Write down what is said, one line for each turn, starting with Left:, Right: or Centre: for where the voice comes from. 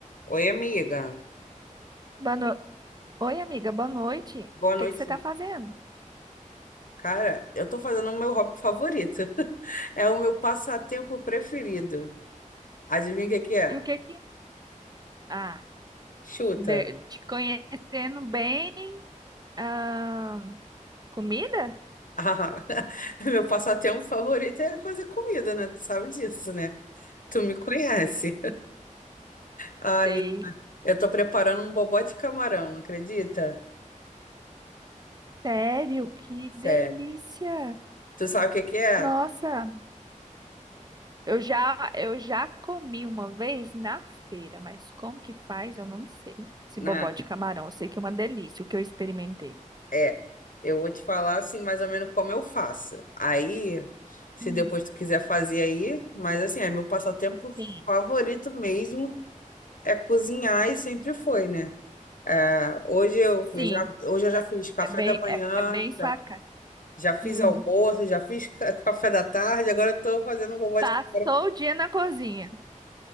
Left: Oi, amiga.
Right: Boa no... Oi, amiga, boa noite. O
Left: Boa noite.
Right: que que você tá fazendo?
Left: Cara, eu tô fazendo o meu hobby favorito. <laughs> É o meu passatempo preferido. Adivinha o que que é?
Right: E o que que... Ah,
Left: Chuta.
Right: de- te conhecendo bem. ah, comida?
Left: Ah, <laughs> meu passatempo favorito é fazer comida, né? Tu sabe disso, né? Tu me conhece. <laughs> Ah,
Right: Sei.
Left: me- eu tô preparando um bobó de camarão, acredita?
Right: Sério, que
Left: Sério.
Right: delícia.
Left: Tu sabe o que que é?
Right: Nossa, eu já, eu já comi uma vez na feira, mas como que faz, eu não sei. Esse
Left: Né?
Right: bobó de camarão, eu sei que é uma delícia, o que eu experimentei.
Left: É, eu vou te falar assim, mais ou menos como eu faço. Aí, se
Right: Hum,
Left: depois tu quiser fazer aí, mas assim, é meu passatempo
Right: Sim,
Left: favorito mesmo é cozinhar e sempre foi, né? É, hoje eu eu
Right: sim,
Left: já, hoje eu já fiz café
Right: é bem,
Left: da manhã,
Right: é, é bem sua
Left: já,
Right: cara.
Left: já fiz
Right: Hum,
Left: almoço, já fiz <laughs> ca- café da tarde, agora eu tô fazendo um bobó
Right: Passou
Left: de café.
Right: o dia na cozinha.